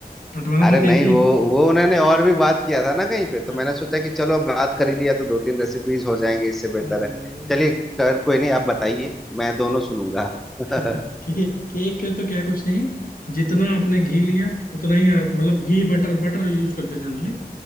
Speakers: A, on the left; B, in the centre.
A: कटवाना
B: अरे
A: तो
B: नहीं
A: केक ही
B: वो
A: है।
B: वो उन्होंने और भी बात किया था ना कहीं पे तो
A: हाँ
B: मैंने सोचा कि चलो अब बात कर ही लिया तो दो तीन रेसिपीज हो जाएंगे इससे बेहतर
A: हम्म,
B: है चलिए कर कोई नहीं आप बताइए मैं दोनों सुनूंगा <laughs>
A: <laughs>
B: अच्छा
A: केक केक के तो क्या कुछ नहीं है जितना आपने घी लिया उतना ही आप मतलब घी बटर बटर यूज करते हैं जनरली